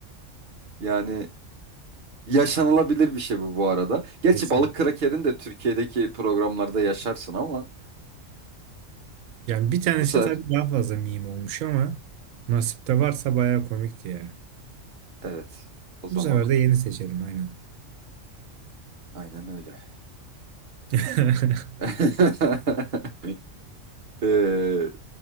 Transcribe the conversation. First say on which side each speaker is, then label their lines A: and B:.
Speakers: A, on the right; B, on the right.
A: Yani yaşanılabilir bir şey bu bu arada. Gerçi
B: Kesinlikle.
A: balık krakerini de Türkiye'deki programlarda yaşarsın ama
B: Yani bir tanesi
A: bu sefer
B: tabii daha fazla meme olmuş ama nasipte varsa bayağı komikti ya.
A: evet. O zaman
B: Bu sefer de yeni seçelim aynen.
A: aynen öyle.
B: <laughs>
A: <laughs> Ee,